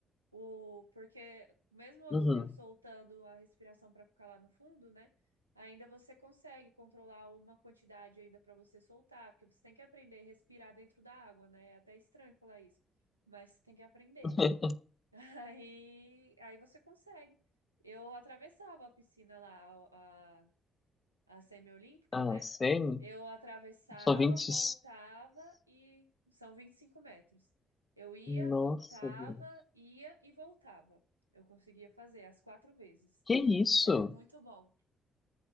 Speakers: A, on the right; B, on the left.
A: O, porque mesmo eu,
B: Uhum.
A: eu soltando a respiração pra ficar lá no fundo, né? Ainda você consegue controlar uma quantidade ainda pra você soltar, porque você tem que aprender a respirar dentro da água, né? É até estranho falar isso, mas você tem que aprender.
B: <laughs>
A: Aí, aí você consegue. Eu atravessava a piscina lá, a, a semi-olímpica,
B: Ah,
A: né?
B: semi?
A: Eu atravessava,
B: São 20.
A: voltava
B: e-
A: e são 25 metros. Eu ia,
B: Nossa,
A: voltava,
B: gente.
A: ia e voltava. Eu conseguia fazer as quatro vezes.
B: Que isso?
A: Era muito bom.